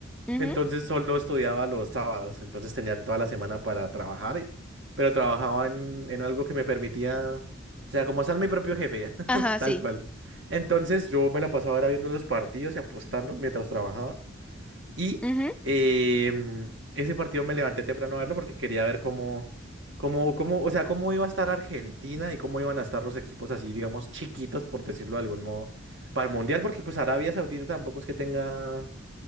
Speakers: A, in the centre; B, on the right.
A: Ujú,
B: Entonces solo estudiaba los sábados, entonces tenía toda la semana para trabajar, pero trabajaba en, en algo que me permitía, o sea, como ser mi propio jefe,
A: Ajá,
B: <laughs> tal
A: sí.
B: cual. Entonces yo me la pasaba era viendo los partidos y apostando mientras trabajaba. Y
A: Ujú,
B: em, ese partido me levanté temprano a verlo porque quería ver cómo, cómo, cómo, o sea, cómo iba a estar Argentina y cómo iban a estar los equipos así, digamos, chiquitos, por decirlo de algún modo, para el Mundial, porque pues Arabia Saudita tampoco es que tenga